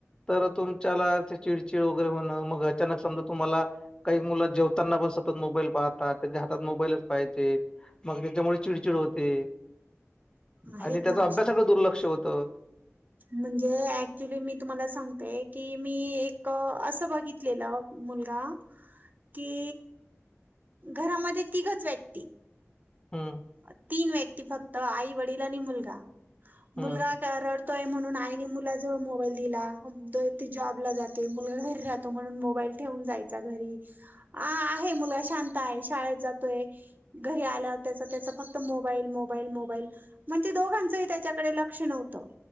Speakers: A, on the left; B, on the right.
A: तर तुमच्याला चिडचिड वगैरे होण मग अचानक समजा तुम्हाला, काही मुलं जेवताना पण सतत मोबाईल पाहतात त्यांच्या हातात मोबाईलच पाहिजे. मग त्याच्यामुळे चिडचिड होते.
B: आहेतना
A: आणि त्याचा अभ्यासाकडे
B: अशे,
A: दुर्लक्ष होतं.
B: म्हणजे ऍक्च्युली मी तुम्हाला सांगतेय की, मी एक अस बघितलेल मुलगा की, घरामध्ये तिघच व्यक्ती.
A: हम्म
B: तीन व्यक्ती, फक्त आई वडील आणि मुलगा,
A: हम्म
B: मुलगा रडतोय म्हणून आईने मुला जवळ मोबाईल दिला जॉबला जाते. मुलगा घरी राहतो म्हणून, मोबाईल ठेवून जायचा घरी आहे. मुलगा शांत आहे. शाळेत जातोय, घरी आल्यावर त्याच त्याच फक्त मोबाईल, मोबाईल, मोबाईल म्हणजे त दोघांचंही त्याच्याकडे लक्ष नव्हत.